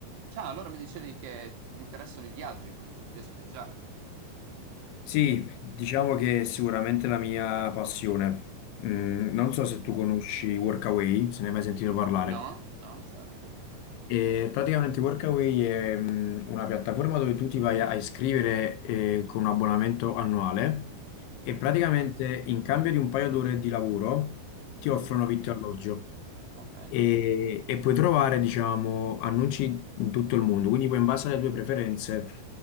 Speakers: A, on the right (about 80°); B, on the left (about 80°).
A: Ciao, allora mi dicevi che ti interessano i viaggi, comunque ti piace viaggiare.
B: Sì, diciamo che è sicuramente la mia passione. Mm, non
A: Mm.
B: so se tu conosci Workaway, se ne hai mai sentito parlare.
A: No? No, zero, cos'è?
B: E praticamente Workaway è mm, una piattaforma dove tu ti vai a a iscrivere eh, con un abbonamento annuale
A: Ok,
B: e praticamente in cambio di un paio d'ore di lavoro ti
A: sì,
B: offrono vitto e alloggio
A: ok,
B: e, e puoi trovare, diciamo, annunci in tutto il mondo. Quindi poi in base alle tue preferenze,